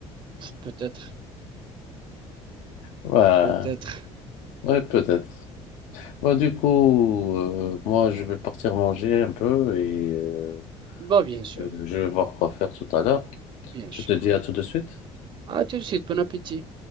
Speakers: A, on the right; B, on the left.
A: Peut-être.
B: Ouais,
A: Peut-être.
B: ouais, peut-être. Bon, du coup, euh, moi, je vais partir manger un peu et euh,
A: Bah, bien sûr,
B: euh, je vais voir quoi faire tout à l'heure.
A: bien
B: Je
A: sûr.
B: te dis à tout de suite.
A: À tout de suite, bon appétit.